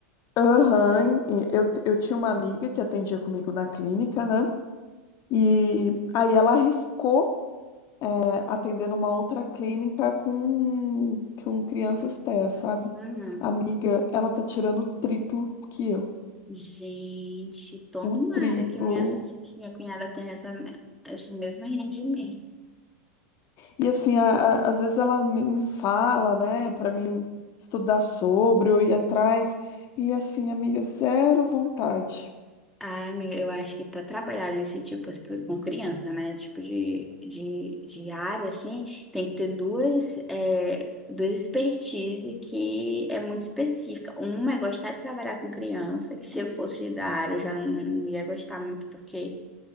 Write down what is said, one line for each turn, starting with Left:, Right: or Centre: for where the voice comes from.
Left: Aham, e eu, t- eu tinha uma amiga que atendia comigo na clínica, né? E aí ela arriscou é, atendendo uma outra clínica com, com crianças TEA, sabe?
Centre: Uhum.
Left: Amiga, ela tá tirando o triplo que eu.
Centre: Gente, tomara
Left: O triplo.
Centre: que minha, minha cunhada tenha essa, esse mesmo rendimento.
Left: E assim, a- a- às vezes ela me, me fala, né, pra mim estudar sobre ou ir atrás. E assim, amiga, zero vontade.
Centre: Ah, amiga, eu acho que para trabalhar nesse tipo, tipo, com criança, né? Esse tipo de, de, de área, assim, tem que ter duas, é, duas expertise que é muito específica. Uma é gostar de trabalhar com criança, que se eu fosse da área, eu já não, não ia gostar muito, porque,